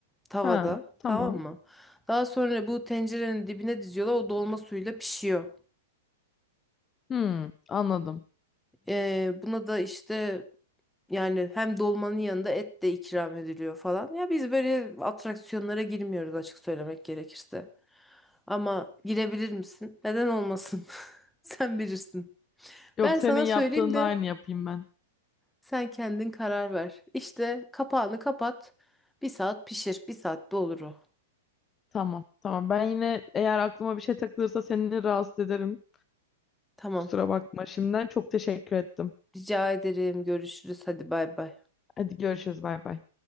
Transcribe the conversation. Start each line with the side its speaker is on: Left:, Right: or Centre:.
Centre: tavada.
Left: Ha, tamam.
Centre: Tamam mı? Daha sonra bu tencerenin dibine diziyorlar. O dolma suyuyla pişiyor.
Left: Hmm, anladım.
Centre: E, buna da işte yani hem dolmanın yanında et de ikram ediliyor falan. Ya biz böyle atraksiyonlara girmiyoruz açık söylemek gerekirse. Ama girebilir misin? Neden olmasın? <laughs> Sen bilirsin.
Left: Yok,
Centre: Ben
Left: senin
Centre: sana
Left: yaptığın
Centre: söyleyeyim de
Left: aynı yapayım ben.
Centre: sen kendin karar ver. İşte kapağını kapat. Bir saat pişir. Bir saatte olur o.
Left: Tamam, tamam. Ben yine eğer aklıma bir şey takılırsa seni rahatsız ederim.
Centre: Tamam.
Left: Kusura bakma şimdiden. Çok teşekkür ettim.
Centre: Rica ederim. Görüşürüz. Hadi bay bay.
Left: Hadi görüşürüz, bay bay.